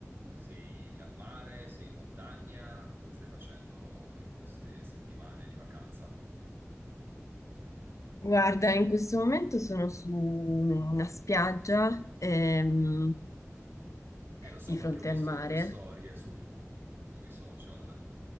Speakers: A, on the right; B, on the left.
A: sei al mare, sei in montagna? Cosa stai facendo in queste settimane di vacanza?
B: Guarda, in questo momento sono su una spiaggia ehm,
A: Eh, lo so
B: di
A: perché
B: fronte
A: ho visto
B: al mare.
A: le tue storie su, sui social.